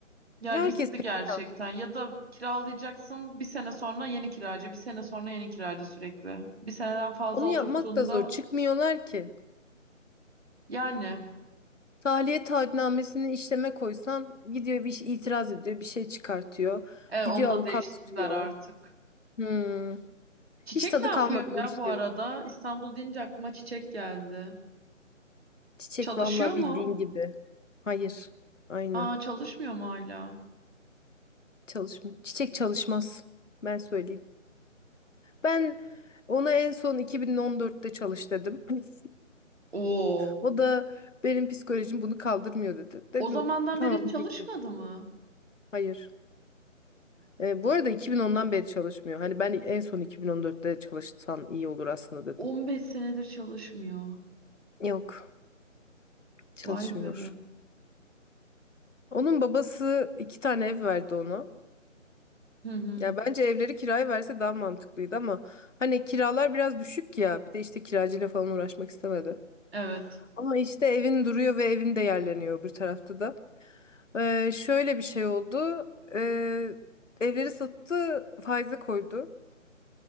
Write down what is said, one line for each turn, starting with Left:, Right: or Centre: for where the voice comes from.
Right: Ya
Left: Herkes
Right: riskli
Left: perişan.
Right: gerçekten. Ya da kiralayacaksın bir sene sonra yeni kiracı, bir sene sonra yeni kiracı sürekli. Bir seneden fazla
Left: Onu
Right: oturttuğunda
Left: yapmak da zor. Çıkmıyorlar ki.
Right: yani
Left: Tahliye taahhütnamesini işleme koysan gidiyor bir şey itiraz ediyor, bir şey çıkartıyor.
Right: Evet,
Left: Gidiyor
Right: onu da
Left: avukat
Right: değiştirdiler
Left: tutuyor.
Right: artık.
Left: Hmm.
Right: Çiçek
Left: Hiç tadı
Right: ne yapıyor
Left: kalmadı
Right: ya
Left: bu işlerin.
Right: bu arada? İstanbul deyince aklıma Çiçek geldi.
Left: Çiçek
Right: Çalışıyor
Left: vallahi
Right: mu?
Left: bildiğin gibi. Hayır. Aynı.
Right: Aa çalışmıyor mu hala?
Left: Çalışmıyor. Çiçek çalışmaz. Ben söyleyeyim. Ben ona en son 2014'te çalış dedim. <laughs>
Right: Oo.
Left: O da benim psikolojim bunu kaldırmıyor dedi. Dedim
Right: O zamandan
Left: tamam
Right: beri hiç çalışmadı
Left: peki.
Right: mı?
Left: Hayır. E, bu arada 2010'dan beri çalışmıyor. Hani ben en son 2014'te çalışsan iyi olur aslında dedim.
Right: 15 senedir çalışmıyor.
Left: Yok, çalışmıyor.
Right: Vay be.
Left: Onun babası iki tane ev verdi ona.
Right: Hı hı.
Left: Ya bence evleri kiraya verse daha mantıklıydı ama hani kiralar biraz düşük ya. Bir de işte kiracıyla falan uğraşmak istemedi.
Right: Evet.
Left: Ama işte evin duruyor ve evin de yerleniyor bir tarafta da. Ee, şöyle bir şey oldu. Ee, evleri sattı, faize koydu.